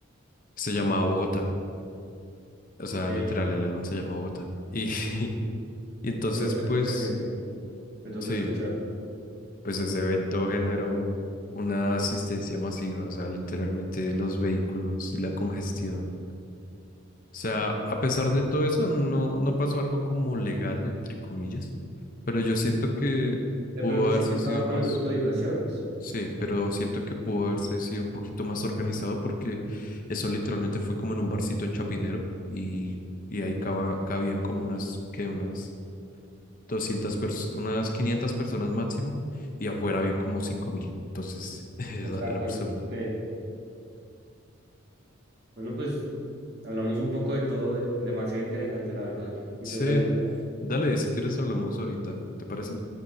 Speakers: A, on the left; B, on the right.
A: Se llamaba Bogotá. O
B: Ok.
A: sea, literal, el álbum se llama Bogotá. Y, <laughs> y entonces,
B: No lo tengo
A: pues,
B: presente, me toca
A: sí,
B: escuchar.
A: pues ese evento generó una asistencia masiva, o sea, literalmente los vehículos y la congestión. O sea, a pesar de todo eso, no, no pasó algo como legal, entre comillas, pero yo siento que
B: De
A: pudo
B: pronto
A: haberse
B: sí contaba
A: sido
B: con
A: más,
B: las autorizaciones.
A: sí, pero siento que pudo haberse sido un poquito más organizado porque eso literalmente fue como en un barcito en Chapinero y, y ahí caba- cabían como unas, que unas 200 personas, unas 500 personas máximo, y afuera habían como cinco mil Entonces, <laughs> era
B: Exacto.
A: era absurdo.
B: Sí. Bueno, pues hablamos un poco de todo, eh, demasiado interesante, la verdad. Muchas
A: Sí,
B: gracias, Jota,
A: dale, si quieres hablamos ahorita, ¿te parece?